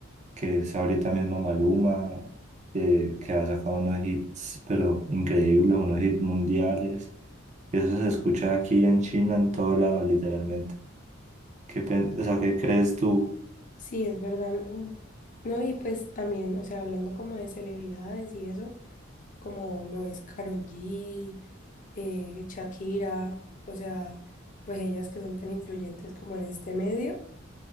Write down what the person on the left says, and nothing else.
Sí, es verdad, ¿no? No, y pues también, o sea, hablando como de celebridades y eso. como lo es Karol G, eh, Shakira, o sea, pues ellas que son tan influyentes como en este medio